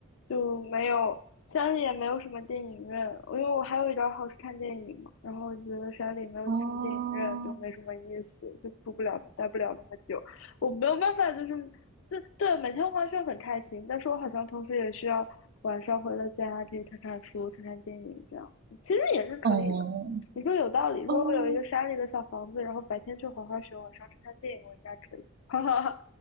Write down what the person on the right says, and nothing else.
哦，
哦，
哦，